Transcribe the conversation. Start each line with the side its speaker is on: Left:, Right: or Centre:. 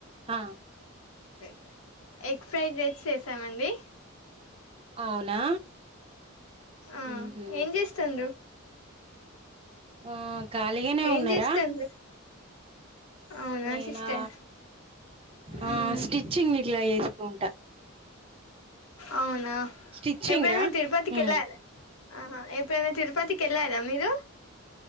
Right: అ
Left: ఎగ్ ఎగ్ ఫ్రైడ్ రైస్ చేసాము అండి
Right: అవునా
Left: ఆ
Right: ఉహు
Left: ఏం చేస్తుండు
Right: ఆ ఖాళీ గనే
Left: ఏం
Right: ఉన్నారా
Left: చేస్తుండ్రు అవునా
Right: నేనా
Left: సిస్టర్
Right: ఆ
Left: మ్మ్
Right: స్టిచింగ్ ఇట్ల చేసుకుంటా
Left: అవునా
Right: స్టిచ్చింగ్
Left: ఎప్పుడైనా
Right: రా
Left: తిరుపతికి కెళ్లారా?
Right: ఉమ్
Left: ఆహా ఎప్పుడైనా తిరుపతికి కెళ్ళరా మీరు?